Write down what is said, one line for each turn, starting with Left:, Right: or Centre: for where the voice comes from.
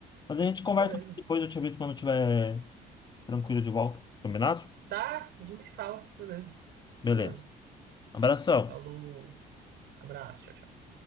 Left: Mas a gente conversa
Right: beleza.
Left: mais depois, eu te aviso quando eu estiver tranquilo de volta. Combinado?
Right: Tá, a gente se fala, beleza. Sem
Left: Beleza.
Right: problema.
Left: Abração.
Right: Falou, abraço, tchau, tchau.